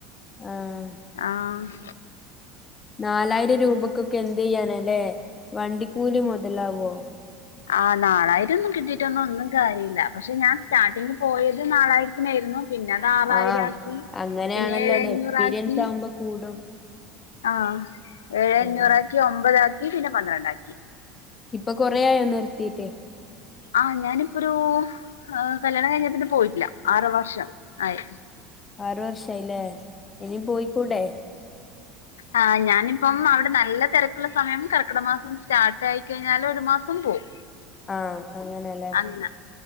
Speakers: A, on the left; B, on the left.
A: ആഹ്
B: ആഹ്
A: നാലായിരം രൂപക്കൊക്കെ എന്ത യ്യാനാലേ വണ്ടിക്കൂലി മൊതലാവോ?
B: ആഹ് നാലായിരൊന്നും കിട്ടിട്ടൊന്നും ഒന്നും കാര്യല്ല. പക്ഷെ ഞാൻ സ്റ്റാർട്ടിംഗ് പോയത് നാലായിരത്തിനായിരുന്നു പിന്നെ ആറായിരാക്കി
A: ആഹ് അങ്ങനെയാണല്ലോല്ലേ
B: പിന്നെ ഏഴേ അഞ്ഞൂറാക്കി.
A: എക്സ്പീരിയൻസ് ആവുമ്പോ കൂടും
B: ആഹ് ഏഴേ
A: ആഹ്
B: അഞ്ഞൂറാക്കി ഒമ്പതാക്കി പിന്നെ പന്ത്രണ്ട് ആക്കി
A: ഇപ്പൊ കൊറെ ആയോ നിർത്തിട്ട്
B: ആഹ് ഞാനിപ്പൊ ഒരു എഹ് കല്യാണം കഴിഞ്ഞേ പിന്നെ പോയിട്ടില്ല ആറ് വർഷം ആയി
A: ആറു വർഷായില്ലേ ഇനീം പോയി കൂടെ
B: ആഹ് ഞാനിപ്പം അവടെ നല്ല തെരക്കുള്ള സമയം കർക്കട മാസം സ്റ്റാർട്ട് ആയിക്കഴിഞ്ഞാല് ഒരു മാസം പോവും.
A: ആഹ് അങ്ങനെല്ലേ
B: അങ്ങനെ